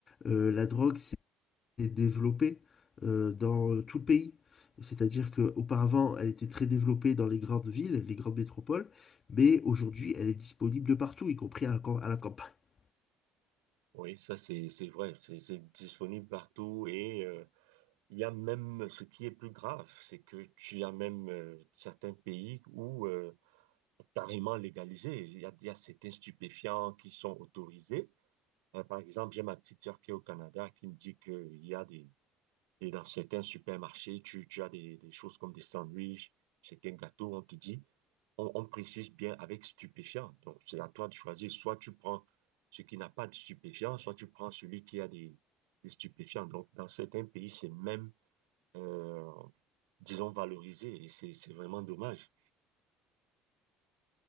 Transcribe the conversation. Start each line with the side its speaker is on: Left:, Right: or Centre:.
Left: euh, la drogue est développée euh, dans euh, tout le pays. C'est-à-dire qu'auparavant, elle était très développée dans les grandes villes, les grandes métropoles, mais aujourd'hui, elle est disponible de partout, y compris à la, cam- à la campagne. <laughs>
Right: Oui, ça c'est c'est vrai, c'est c'est disponible partout et euh, Il y a même ce qui est plus grave, c'est que tu as même euh, certains pays où euh, carrément légalisé. Il y a, il y a certains stupéfiants qui sont autorisés. Euh, par exemple, j'ai ma petite sœur qui est au Canada qui me dit qu'il y a des, et dans certains supermarchés, tu, tu as des, des choses comme des sandwichs, certains gâteaux, on te dit, on, on précise bien avec stupéfiant. Donc, c'est à toi de choisir. Soit tu prends ce qui n'a pas de stupéfiant, soit tu prends celui qui a des, des stupéfiants. Donc, dans certains pays, c'est même euh, disons, valorisé. Et c'est, c'est vraiment dommage.